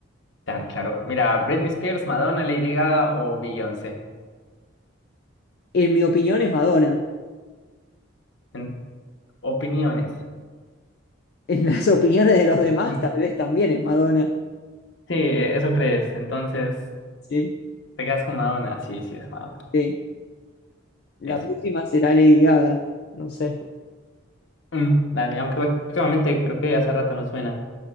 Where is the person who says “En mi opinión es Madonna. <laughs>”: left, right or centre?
Left